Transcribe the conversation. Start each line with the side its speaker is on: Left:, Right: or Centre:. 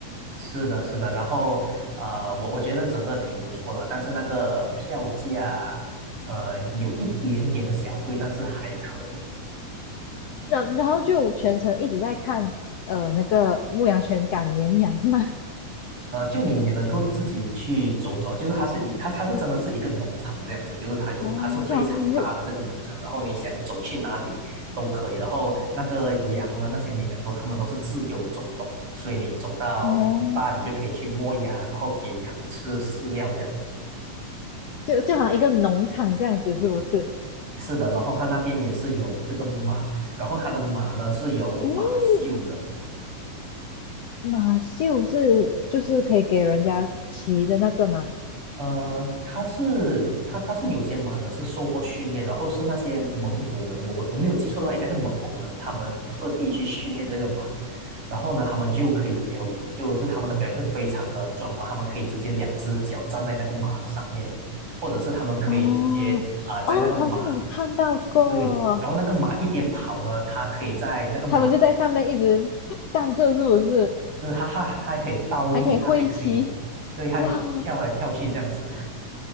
Right: 是的，是的，然后呃，我我觉得整个挺不错的，但是那个票价，呃，有一点点的小贵，但是还可以。
Left: 然然后就全程一直在看呃那个牧羊犬赶绵羊是吗？
Right: 呃，就你也能够自己去走走，就是它是一它它是真的是一个农场这样子，就是它有还是非常大的这个农场，
Left: <laughs> 哦，就好像入
Right: 然后你想走去哪里都可以，然后那个羊呢，那些绵羊都它们都是自由走动的，所以你走到一半你就可以去摸羊，
Left: 哦，
Right: 然后给羊吃饲料这样子。
Left: 就就好像一个农场这样子，是不是？
Right: 是的，然后他那边也是有这个马，然后他的马呢是有马厩的。
Left: 嗯，马秀是就是可以给人家骑的那个吗？
Right: 呃，他是他他是有些马呢是受过训练，然后是那些蒙古人，我我我没有记错的话，应该是蒙古人，他们特地去训练这个马，然后呢，他们就可以表演，就就他们的表演是非常的壮观，他们可以直接两只脚站在那个马的上面，或者是他们可以直接啊、
Left: 哦哦，
Right: 在那个马
Left: 好像有看到过，
Right: 对，然后那个马一边跑呢，它可以在那个马
Left: 他们就在上面一直站着，是不是？
Right: 是哈哈，它还可以倒立，
Left: 还可以挥旗，
Right: 它还可以，对，它可以跳来跳去这样子。
Left: 哇